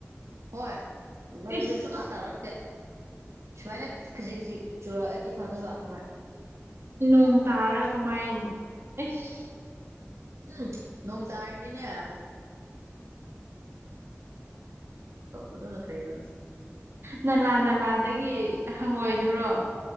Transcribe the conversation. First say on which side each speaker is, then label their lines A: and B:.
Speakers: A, on the right (about 80°); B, on the right (about 55°).
A: ꯍꯣꯏ ꯅꯣꯡꯁꯨ
B: ꯏꯁ
A: ꯁꯨꯇꯥ ꯇꯥꯔꯛꯇꯦ ꯁꯨꯃꯥꯏꯅ ꯈꯖꯤꯛ ꯈꯖꯤꯛ꯫ ꯆꯨꯔꯛꯑꯗꯤ ꯐꯗꯧꯕ꯫
B: ꯅꯣꯡ ꯇꯥꯔ ꯀꯃꯥꯏ ꯑꯦꯁ꯫
A: ꯎꯝ꯫ ꯅꯣꯡ ꯇꯥꯔꯗꯤꯅꯦ ꯑꯗꯨꯅ ꯐꯩꯌꯦꯕ
B: ꯅꯂꯥ ꯅꯂꯥꯗꯒꯤ ꯍꯪꯉꯣꯏꯗꯨꯔꯣ꯫